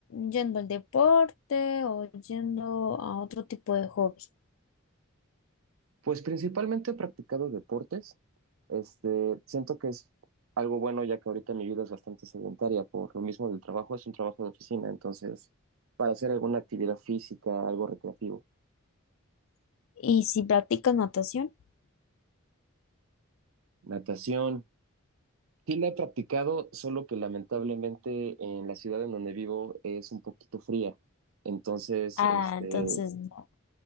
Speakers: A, on the left; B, on the right.
A: yendo al deporte o yendo a otro tipo de hobby?
B: Pues principalmente he practicado deportes. Este, siento que es algo bueno ya que ahorita mi vida es bastante sedentaria por lo mismo del trabajo, es un trabajo de oficina, entonces para hacer alguna actividad física, algo recreativo.
A: ¿Y si practicas natación?
B: Natación, sí la he practicado, solo que lamentablemente en la ciudad en donde vivo es un poquito fría, entonces
A: Ah,
B: este,
A: entonces no.